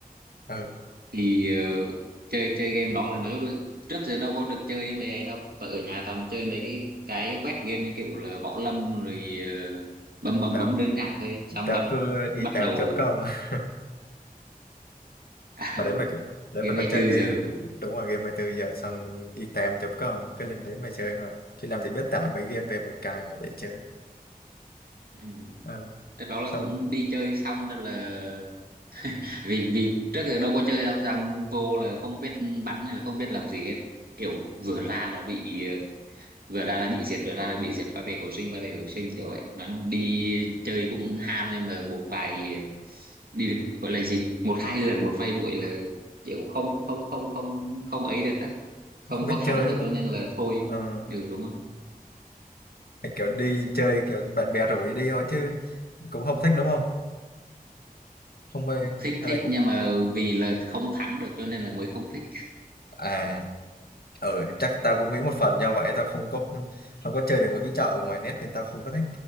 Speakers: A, on the left (about 80°); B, on the right (about 75°).
A: ừ
B: thì ờ, chơi chơi game đó là nói chung là trước giờ đâu có được chơi mấy ấy đâu và ở nhà toàn chơi mấy cái cái web game như kiểu là gõ lâm rồi ờ, bấm bấm
A: tao
B: bấm đơn giản thôi xong
A: tao
B: bật
A: cứ đi
B: bắt
A: tám
B: đầu
A: chấm công <laughs>
B: <laughs> à,
A: hồi đấy mày <laughs> có để
B: game
A: mày có
B: hai mươi
A: chơi
B: tư
A: cái
B: giờ
A: đúng rồi game 24 giờ xong đi tám chấm công cứ lên đấy mà chơi thôi chứ làm gì biết tải mấy game về mà cài mà để chơi
B: Ừ.
A: ừ.
B: Rất đó là
A: xong
B: cũng đi chơi xong rồi là vì vì trước giờ đâu có chơi đâu xong vô là không biết bắn hay là không biết làm gì hết kiểu vừa ra là bị vừa ra là bị diệt vừa ra là bị diệt quay về hồi sinh quay về hồi sinh kiểu vậy Nó đi chơi cũng ham nhưng mà một vài đi được gọi là gì một hai lần một vài buổi là kiểu không không không không không ấy được á không
A: <laughs> không biết
B: có
A: chơi
B: thắng
A: đúng
B: được
A: không
B: cho nên là thôi
A: Ờ,
B: ừ đúng không
A: kiểu đi chơi kiểu bạn bè rủ thì đi thôi chứ cũng không thích đúng không không mê
B: thích
A: hay
B: thích
A: là cũng
B: nhưng mà vì là không thắng được cho nên là mới không thích
A: à ừ chắc tao cũng nghĩ một phần do vậy tao không có không có chơi được một cái chợ ở ngoài net nên tao không có thích